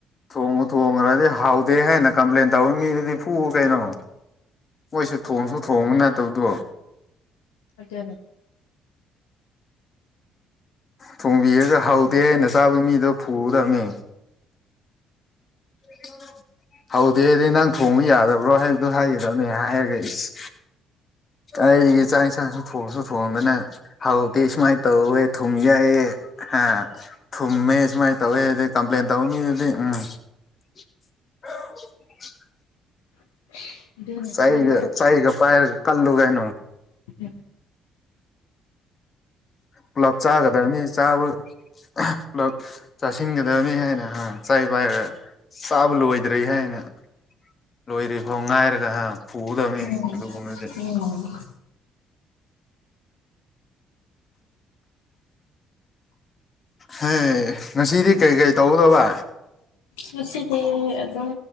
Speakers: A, on the left; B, on the left.
A: ꯊꯣꯡꯕꯨ ꯊꯣꯡꯈ꯭ꯔꯗꯤ ꯍꯥꯎꯗꯦ ꯍꯥꯏꯅ ꯀꯝꯄ꯭ꯂꯦꯟ ꯇꯧꯕ ꯃꯤꯗꯨꯗꯤ ꯐꯨ ꯀꯩꯅꯣ ꯃꯣꯏꯁꯨ ꯊꯣꯡꯁꯨ ꯊꯣꯡꯕ ꯅꯠꯇꯕꯗꯣ
B: ꯑꯗꯨꯅꯦ
A: ꯊꯣꯡꯕꯤꯔꯒ ꯍꯥꯎꯇꯦ ꯍꯥꯏꯅ ꯆꯥꯕ ꯃꯤꯗꯣ ꯐꯨꯒꯗꯕꯅꯦ <unintelligible> ꯍꯧꯗꯦꯗꯤ ꯅꯪ ꯊꯣꯡꯕ ꯌꯥꯗꯕ꯭ꯔꯣ ꯍꯥꯏꯕꯗꯣ ꯍꯥꯏꯒꯗꯕꯅꯦ ꯍꯥꯏꯔꯒꯦ ꯑꯩꯁ ꯑꯩꯗꯤ
B: ꯎꯝ
A: ꯆꯥꯡ ꯏꯟꯁꯥꯛꯁꯨ ꯊꯣꯡꯁꯨ ꯊꯣꯡꯗꯅ ꯍꯥꯎꯗꯦ ꯁꯨꯃꯥꯏꯅ ꯇꯧꯋꯦ ꯊꯨꯝ ꯌꯥꯏꯑ ꯍ ꯊꯨꯝꯃꯦ ꯁꯨꯃꯥꯏꯅ ꯇꯧꯋꯦ ꯑꯗꯨꯗꯩ ꯀꯝꯄ꯭ꯂꯦꯟ ꯇꯧꯅꯤ ꯎꯝ <unintelligible>
B: <unintelligible>
A: ꯆꯍꯤꯒ
B: ꯅꯪ
A: ꯆꯍꯤꯒ ꯄꯥꯏꯔꯒ ꯀꯜꯂꯨꯒꯩꯅꯣ
B: ꯎꯝ
A: ꯄꯨꯂꯞ ꯆꯥꯒꯗꯕꯅꯤ ꯆꯥꯕ ꯄꯨꯂꯞ ꯆꯥꯁꯤꯟꯒꯗꯕꯅꯤ ꯍꯥꯏꯅ ꯍ ꯆꯩ ꯄꯥꯏꯔꯒ ꯆꯥꯕ ꯂꯣꯏꯗ꯭ꯔꯦ ꯍꯥꯏꯅ ꯂꯣꯏꯗꯔꯤ ꯐꯥꯎ ꯉꯥꯏꯔꯒ ꯍ ꯐꯨꯒꯗꯕꯅꯤ
B: ꯎꯝ
A: ꯑꯗꯨꯒꯨꯝꯕꯗꯤ
B: ꯎꯝ
A: ꯍꯦ ꯉꯁꯤꯗꯤ ꯀꯔꯤ ꯀꯔꯤ ꯇꯧꯒꯗꯕ
B: ꯉꯁꯤꯗꯤ ꯑꯗꯨꯝ